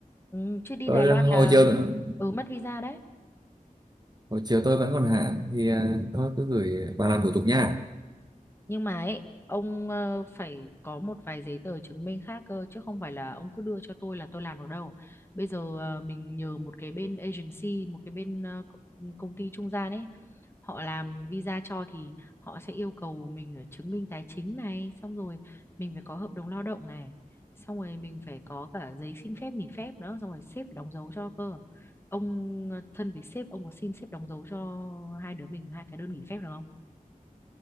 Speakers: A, on the left; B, on the right.
A: Ừ, chứ đi
B: tôi
A: Đài Loan
B: ờ,
A: là
B: hồi chiều ừ,
A: ừ mất visa đấy.
B: hồi chiều tôi vẫn còn hạn thì à, thôi cứ gửi bà làm thủ tục nha
A: Nhưng mà ấy, ông ờ, phải có một vài giấy tờ chứng minh khác cơ, chứ không phải là ông cứ đưa cho tôi là tôi làm được đâu. Bây giờ ờ, mình nhờ một cái bên agency, một cái bên ờ, co- ừ, công ty trung gian ấy, họ làm visa cho thì họ sẽ yêu cầu mình ở chứng minh tài chính này, xong rồi mình phải có hợp đồng lao động này, xong rồi mình phải có cả giấy xin phép nghỉ phép nữa, xong rồi sếp phải đóng dấu cho cơ. Ông ờ, thân với sếp, ông có xin sếp đóng dấu cho hai đứa mình hai cái đơn nghỉ phép được không?